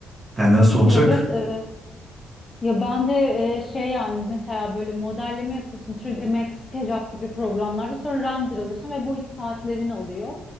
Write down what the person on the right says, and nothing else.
Yani nasıl olacak?